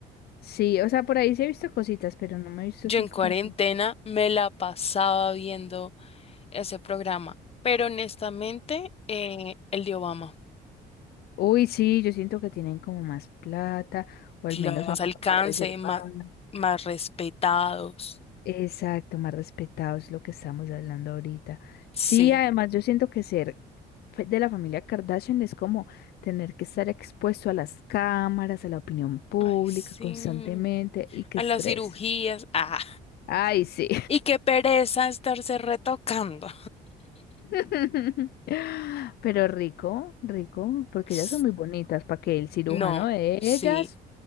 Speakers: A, on the left (about 70°); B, on the left (about 35°).
A: Sí, o sea, por ahí sí he visto cositas, pero no me he visto
B: Yo
A: así
B: en
A: como
B: cuarentena
A: que...
B: me la pasaba viendo ese programa. Pero honestamente, eh, el de Obama.
A: Uy, sí, yo siento que tienen como más plata o
B: Claro.
A: al menos son
B: Más
A: como
B: alcance,
A: más reservados.
B: más, más respetados.
A: Exacto, más respetados, lo que estamos hablando ahorita.
B: Sí.
A: Sí, además yo siento que ser fe- de la familia Kardashian es como tener que estar expuesto a las cámaras, a la opinión pública
B: Ay, sí.
A: constantemente y qué
B: A
A: estrés.
B: las cirugías. ah,
A: Ay, sí.
B: Y qué pereza estarse retocando.
A: <laughs> Pero rico, rico, porque
B: S-
A: ellas son muy bonitas, para que el cirujano
B: No,
A: de
B: sí.
A: ellas